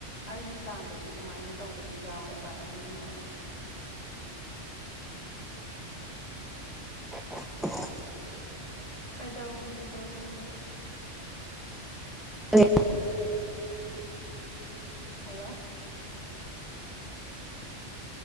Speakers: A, on the left; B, in the centre.
A: ꯑꯩꯒꯤ ꯀꯥꯟꯗꯁꯨ ꯑꯗꯨꯃꯥꯏꯅ ꯇꯧꯕꯗꯤ ꯌꯥꯎꯋꯦꯕ ꯑꯗꯨꯝ ꯌꯥꯅꯤ
B: <unintelligible> <inaudible>
A: ꯀꯩꯗꯧꯗꯣꯔꯤ ꯅꯪꯗꯦ
B: ꯑꯦ <unintelligible> <inaudible>
A: hello